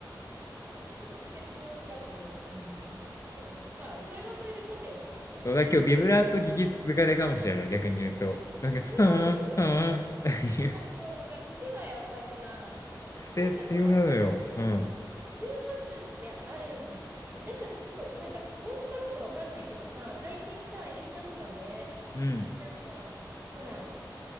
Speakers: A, on the right; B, on the left.
A: ん、ちょっと癖強だけど、うん。でも、まあ、それはそれで個性だからね。
B: そう、だ今日ビブラート聞き続かれかもしれない、
A: うん
B: 逆に言うと。なんか、
A: ビブラート使い、
B: はぁ、はぁ、<laughs> っていう
A: そうそうそう、だから癖がやっぱりさ、ななんかさ、
B: 癖強なのよ。うん。
A: 周波数ってあるん、なんかさ、特、なんか本当かどうかわかんないけどさ、最近さ、インスタとかで、
B: うん。
A: なんか、ほら、